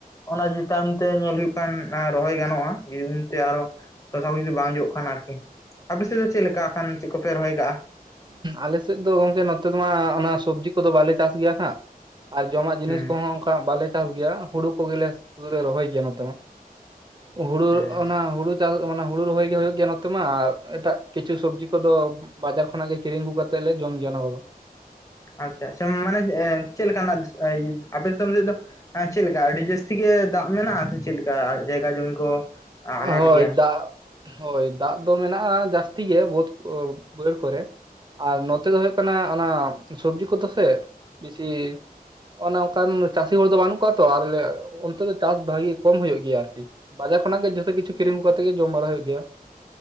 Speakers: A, on the left; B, on the right.
A: ᱚᱱᱟ ᱡᱮ ᱛᱟᱭᱚᱢ ᱛᱮ ᱧᱮᱞᱳ ᱠᱟᱱ ᱨᱚᱦᱚᱭ ᱜᱟᱱᱚᱜᱼᱟ ᱡ ᱛᱮ ᱟᱨᱚ ᱥᱚᱥᱟ ᱠᱚ ᱡᱩᱫᱤ ᱵᱟᱝ ᱡᱚᱜ ᱠᱷᱟᱱ ᱟᱨᱠᱤ ᱟᱯᱮ ᱥᱮᱫ ᱫᱚ ᱪᱮᱫ ᱞᱮᱠᱟ ᱠᱷᱟᱱ ᱪᱮᱫ ᱠᱚᱯᱮ ᱨᱚᱦᱚᱭ ᱠᱟᱜᱼᱟ
B: ᱟᱞᱮᱥᱮᱫ ᱫᱚ ᱜᱚᱝᱠᱮ ᱱᱚᱛᱮ ᱫᱚ ᱢᱟ ᱚᱱᱟ ᱥᱚᱵᱽᱡᱤ ᱠᱚᱫᱚ ᱵᱟᱞᱮ ᱪᱟᱥ ᱜᱮᱭᱟ ᱦᱜ ᱟᱨ ᱡᱚᱢᱟᱜ ᱡᱤᱱᱤᱥ
A: ᱦᱩᱸ
B: ᱠᱚᱦᱚᱸ ᱚᱱᱠᱟ ᱵᱟᱞᱮ ᱪᱟᱥ ᱜᱮᱭᱟ ᱦᱩᱲᱩ ᱠᱚᱜᱮᱞᱮ ᱨᱚᱦᱚᱭ ᱜᱮᱭᱟ ᱱᱚᱛᱮ ᱢᱟ ᱦᱩᱲᱩ
A: ᱦᱩᱸ
B: ᱚᱱᱟ ᱦᱩᱲᱩ ᱦᱩᱲᱩ ᱨᱚᱦᱚᱭ ᱜᱮ ᱦᱩᱭᱩᱜ ᱜᱮᱭᱟ ᱱᱚᱛᱮ ᱢᱟ ᱟᱨ ᱮᱴᱟᱜ ᱠᱤᱪᱷᱩ ᱥᱚᱵᱡᱤ ᱠᱚᱫᱚ ᱵᱟᱡᱟᱨ ᱠᱷᱱᱟᱜ ᱠᱤᱨᱤ ᱟᱹᱜᱩ ᱠᱟᱛᱮ ᱞᱮ ᱡᱚᱢ ᱜᱮᱭᱟ ᱚᱱᱟ ᱠᱚᱫᱚ
A: ᱟᱪᱷᱟ ᱟᱪ ᱢᱟᱱᱮ ᱪᱮᱫ ᱞᱮᱠᱟᱱᱟᱜ ᱟᱯᱮ ᱫᱤᱥᱚᱢ ᱥᱮᱫ ᱫᱚ ᱦᱮᱸ ᱪᱮᱫ ᱞᱮᱠᱟ ᱟᱹᱰᱤ ᱡᱟᱹᱥᱛᱤ ᱜᱮ ᱫᱟᱜ ᱢᱮᱱᱟᱜᱼᱟ ᱥᱮ ᱪᱮᱫ ᱞᱮᱠᱟ ᱡᱟᱭᱜᱟ ᱡᱚᱢᱤ ᱠᱚ
B: ᱦᱳᱭ
A: ᱟᱱᱟᱴ ᱜᱮᱭᱟ
B: ᱫᱟᱜ ᱦᱳᱭ ᱫᱟᱜ ᱫᱚ ᱢᱮᱱᱟᱜᱼᱟ ᱡᱟᱹᱥᱛᱤ ᱜᱮ ᱵᱳᱹᱫᱽ ᱵᱟᱹ <unintelligible> ᱵᱟᱹᱲ ᱠᱚᱨᱮ ᱟᱨ ᱱᱚᱛᱮ ᱫᱚ ᱦᱩᱭᱩᱜ ᱠᱟᱱᱟ ᱚᱱᱟ ᱥᱚᱵᱽᱡᱤ ᱠᱚᱫᱚ ᱥᱮ ᱵᱤᱥᱤ ᱚᱱᱮ ᱚᱱᱠᱟᱱ ᱪᱟᱹᱥᱤ ᱦᱚᱲ ᱫᱚ ᱵᱟᱹᱱᱩᱜ ᱠᱚᱣᱟ ᱛᱚ ᱟᱨ ᱚᱱᱛᱮ ᱫᱚ ᱪᱟᱥ ᱵᱷᱟᱜᱤ ᱠᱚᱢ ᱦᱩᱭᱩᱜᱭ ᱜᱮᱭᱟ ᱟᱨᱠᱤ ᱵᱟᱡᱟᱨ ᱠᱷᱚᱱᱟᱜ ᱜᱮ ᱡᱷᱚᱛᱚ ᱠᱤᱪᱷᱩ ᱠᱤᱨᱤᱧ ᱟᱹᱜ ᱠᱟᱛᱮ ᱜᱮ ᱡᱚᱢ ᱵᱟᱲᱟ ᱦᱩᱭᱩᱜ ᱜᱮᱭᱟ